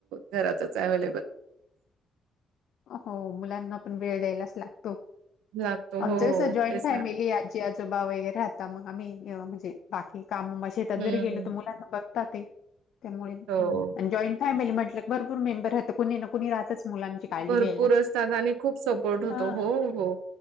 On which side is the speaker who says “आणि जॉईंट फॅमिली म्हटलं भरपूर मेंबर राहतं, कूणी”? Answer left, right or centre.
Left